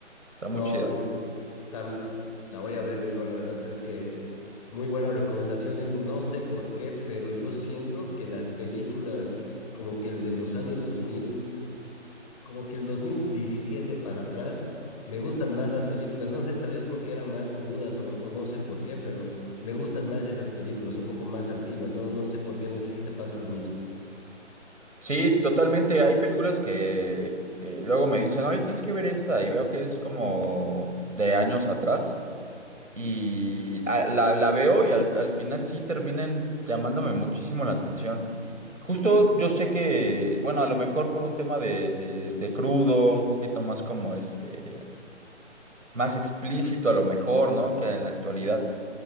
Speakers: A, on the right; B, on the left.
A: Está
B: No,
A: muy chida.
B: mi, tam- la voy a ver, mi bro, la verdad es que muy buenas recomendaciones, no sé por qué, pero yo siento que las películas como que el de los años 2000, como que el 2017 para atrás, me gustan más las películas, no sé, tal vez porque eran más crudas o, o no sé por qué, pero me gustan más esas películas, un poco más antiguas, no, no sé por qué, no sé si te pasa lo mismo.
A: Sí, totalmente. Hay películas que eh, luego me dicen, oye, tienes que ver esta y veo que es como de años atrás. Y a- la, la veo y al, al final sí terminan llamándome muchísimo la atención. Justo yo sé que, bueno, a lo mejor por un tema de, de crudo, un poquito más como este, más explícito a lo mejor, ¿no? Que en la actualidad.